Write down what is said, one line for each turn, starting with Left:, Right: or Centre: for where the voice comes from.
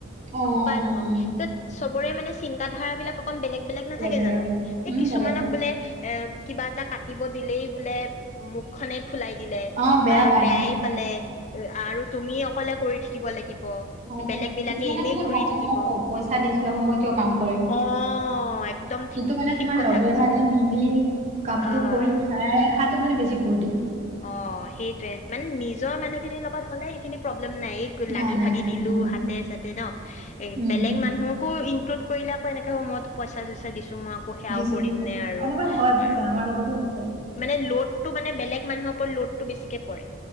Right: অ', উম,
Left: ন
Right: উম,
Left: চবৰে মানে চিন্তাধাৰাবিলাক অকন বেলেগ বেলেগ নাথাকে
Right: বেলেগ,
Left: জানো
Right: বেলেগ
Left: এই
Right: উম,
Left: কিছুমানক
Right: বেলেগ
Left: এ কিবা এটা কাটিব দিলেই বোলে মুখখনে খুলাই দিলে
Right: অ', বেয়া
Left: বা
Right: পায়
Left: বেয়াই
Right: ন?
Left: পালে আৰু তুমি অকলে কৰি থাকিব লাগিব বেলেগ
Right: সেইটোয়ে
Left: বিলাকে
Right: কিছুমানে
Left: এনেই
Right: মানে
Left: ঘূৰি
Right: ভাবে
Left: থাকিব
Right: মই প পইচা দিছো আকৌ মই কিয় কাম কৰিম
Left: অ একদম
Right: কিন্তু
Left: িক
Right: মানে
Left: ঠিক
Right: তোমাৰ
Left: কথা
Right: লগে
Left: কৈছা
Right: ভাগে মিলি কামটো
Left: অ',
Right: কৰি খাই হাত মান বেি ভৰ দিিল
Left: অ সেইটোযৱে মানে নিজৰ মানুহখিনিৰ লগত হ'লে সেইখিন নাই এই লাগি
Right: নাই নাই
Left: ভাগি
Right: নাই
Left: দিলো
Right: উম
Left: হাতে চাতে ন এ
Right: উম
Left: বেলেগ মানুহকো লো কৰি আক এনেক একে সময়তো পইচা চইচা দিছো মই আকৌ সেয়াও
Right: দিছো
Left: কৰিম
Right: দিছো
Left: নে আৰু
Right: এনেকুৱা হয় বুজিছা
Left: আৰু
Right: আমাৰ লগতো হৈছে
Left: মানে লড ত মানে বেলেগ মানুহৰওপ লোডটো বেছিকে পৰে